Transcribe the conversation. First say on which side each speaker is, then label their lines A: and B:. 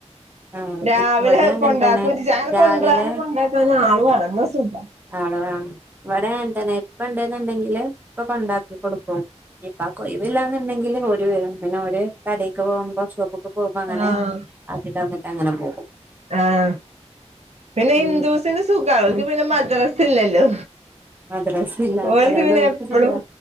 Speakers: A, on the right (about 15°); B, on the right (about 65°).
A: ആഹ്
B: രാവിലെ
A: ഇവിടെ അങ്ങൻ
B: കൊണ്ടാകോയ്ച
A: തന്നെ
B: അങ്ങനെ
A: രാവിലെ
B: കൊണ്ടരാനും കൊണ്ടാക്കാനും ആള് വേണം ന്നാ സുഖ
A: ആള് വാണം ഇവിടെ അങ്ങൻതന്നെ ഇപ്പണ്ട്ന്ന്ണ്ടെങ്കില് ഇപ്പ കൊണ്ടാക്കി കൊടുക്കും ഞ്ഞി ഇപ്പാകൊഴിവില്ലാന്ന് ണ്ടെങ്കിൽ വീട്ട് വരും പിന്നെ ഓര് കടേക്ക് പോകുമ്പോ ഷോപ്പ്‌ക്ക് പോക്മ്പോ അങ്ങനെ
B: ആഹ്
A: ന്നിട്ട് അങ്ങനെ പോകും
B: ആഹ് പിന്നെ ഹിന്ദുസിന്
A: ഉം
B: സുഖാ ഓല്ക്ക്
A: ഉം
B: പിന്നെ മദ്രസില്ലല്ലോ
A: മദ്രസില്ല
B: ഓൽക്ക്
A: അതുകൊണ്ട്
B: പിന്നെ എപ്പളും
A: സുഖാ